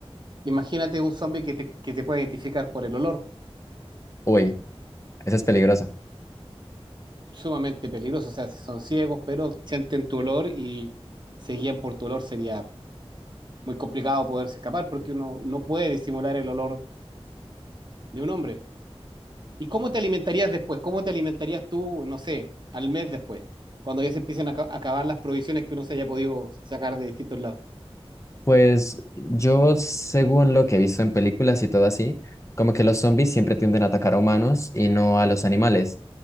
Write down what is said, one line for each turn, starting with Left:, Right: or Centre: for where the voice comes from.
Right: Imagínate un zombie que te, que te puede identificar por el olor,
Left: Uy, eso es peligroso.
Right: sumamente peligroso. O sea, si son ciegos, pero sienten tu olor y se guían por tu olor, sería muy complicado poderse escapar porque uno no puede disimular el olor de un hombre. ¿Y cómo te alimentarías después? ¿Cómo te alimentarías tú, no sé, al mes después? Cuando ya se empiecen a ca- a acabar las provisiones que uno se haya podido sacar de distintos lados.
Left: Pues yo, según lo que he visto en películas y todo así, como que los zombies siempre tienden a atacar a humanos y no a los animales.